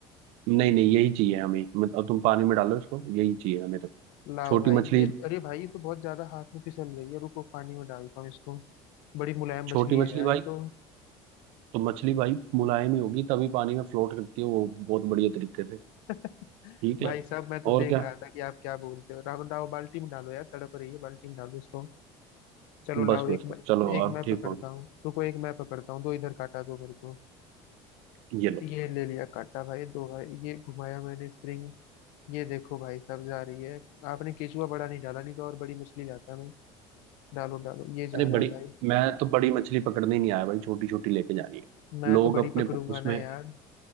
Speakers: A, on the right; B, on the left.
A: नहीं नहीं यही चाहिए हमें मत- अब तुम पानी में डालो इसको यही चाहिए हमें तो
B: लाओ
A: छोटी
B: भाई
A: मछली
B: ये अरे भाई ये तो बहुत ज्यादा हाथ में फिसल रही है रुको पानी में डालता हूँ इसको बड़ी मुलायम
A: छोटी
B: मछली
A: मछली
B: है यार
A: भाई
B: ये तो
A: तो मछली भाई मुलायम ही होगी तभी पानी में फ्लोट करती है वो बहुत बढ़िया तरीके से
B: <laughs>
A: ठीक
B: भाई
A: है
B: साहब मैं तो
A: और
B: देख
A: क्या
B: रहा था कि आप क्या बोलते हो राव डाव बाल्टी में डालो यार तड़प रही है बाल्टी में डालो इसको चलो
A: बस
B: लाओ
A: बस
B: एक
A: बस
B: मैं
A: चलो
B: एक
A: अब
B: मैं
A: ठीक
B: पकड़ता
A: होगी
B: हूँ रुको एक मैं पकड़ता हूँ दो इधर काटा दो मेरे को
A: ये लो
B: ये ले लिया काटा भाई दो भाई ये घुमाया मैंने स्प्रिंग ये देखो भाई साहब जा रही है आपने केचुआ बड़ा नहीं डाला नहीं तो और बड़ी मछली लाता मैं डालो डालो ये जा
A: अरे
B: रहा
A: बड़ी
B: है भाई
A: मैं तो बड़ी मछली पकड़ने ही नहीं आया भाई छोटी छोटी लेके जानी है
B: मैं
A: लोग
B: तो बड़ी
A: अपने
B: पकड़ूंगा
A: प- उसमें
B: ना यार